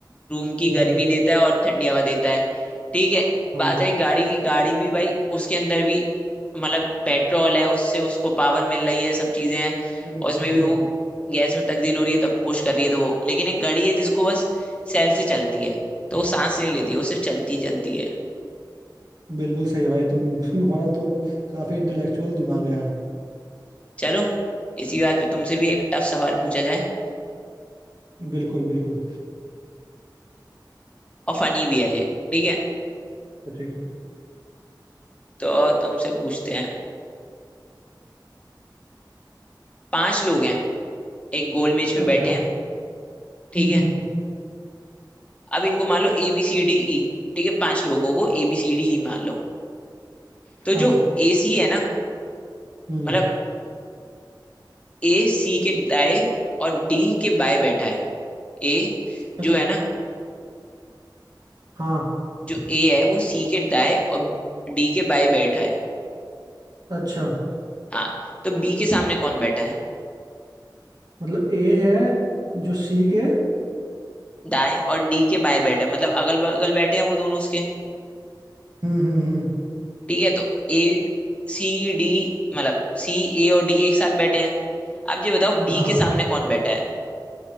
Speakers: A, on the left; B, on the right.
A: रूम की गर्मी
B: हम्म
A: लेता है और ठंडी हवा देता है ठीक है
B: हाँ
A: बात रही गाड़ी की गाड़ी भी भाई उसके अंदर भी मतलब पेट्रोल है उससे उसको पावर मिल रही है सब चीजें हैं
B: हम्म,
A: और उसमें
B: हम्म।
A: भी वो गैस में तब्दील हो रही है तब पुश कर रही है तो वो लेकिन एक गाड़ी है जिसको बस सेल से चलती है तो वो सांस नहीं लेती वो सिर्फ चलती ही चलती है
B: बिल्कुल सही भाई तुम तुम्हारा तो काफी इंटेलेक्चुअल दिमाग है यार
A: चलो इसी बात पे तुमसे भी एक टफ सवाल पूछा जाए
B: बिल्कुल बिल्कुल
A: और फनी भी है ये ठीक है
B: तो ठीक है
A: तो तुमसे पूछते हैं पांच लोग हैं एक गोल मेज पे
B: अच्छा
A: बैठे हैं ठीक
B: हम्म
A: है
B: हम्म
A: अब इनको मान लो A B C D E ठीक है पांच लोगों को A B C D E मान लो तो
B: हाँ
A: जो ए सी है ना
B: हम्म
A: मतलब ए सी के दाएं और डी के बाएं बैठा है ए
B: अच्छा,
A: जो है ना
B: हाँ
A: जो ए है वो सी के दाएं और डी के बाएं बैठा है
B: अच्छा
A: हाँ तो बी के सामने कौन बैठा है
B: मतलब ए है जो सी के
A: दाएं और डी के बाएं बैठा है मतलब अगल बगल बैठे हैं वो दोनों उसके
B: हम्म हम्म हम्म
A: ठीक है तो ए सी डी मतलब सी ए और डी एक साथ बैठे हैं अब ये बताओ बी
B: हाँ
A: के सामने कौन बैठा है